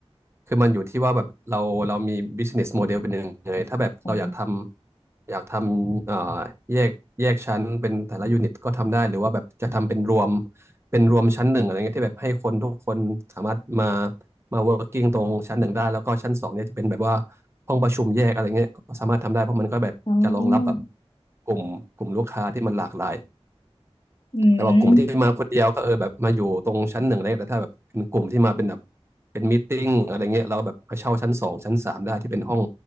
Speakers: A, on the right; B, on the left.
A: คือมันอยู่ที่ว่าแบบเราเรามี business model เป็นยังไงถ้าแบบเราอยากทำอยากทำเอ่อ
B: อ๋อ
A: แยกแยกชั้นเป็นแต่ละยูนิตก็ทำได้หรือว่าแบบจะทำเป็นรวมเป็นรวมชั้นหนึ่งอะไรเงี้ยที่แบบให้คนทุกคนสามารถมา มา working ตรงชั้นหนึ่งได้แล้วก็ชั้นสองเนี่ยจะเป็นแบบว่าห้องประชุมแยกอะไรเงี้ยก็สามารถทำได้เพราะมันก็แบบจะรองรับแบบ
B: อ๋อ
A: กลุ่มกลุ่มลูกค้าที่มันหลากหลาย
B: อืม
A: แต่ว่ากลุ่มที่มาคนเดียวก็เออแบบมาอยู่ตรงชั้นหนึ่งอะไรเงี้ยแต่ถ้าแบบเป็นกลุ่มที่มาเป็นแบบเป็นมีตติ้งอะไรเงี้ยเราแบบมาเช่าชั้นสองชั้นสามได้ที่เป็นห้อง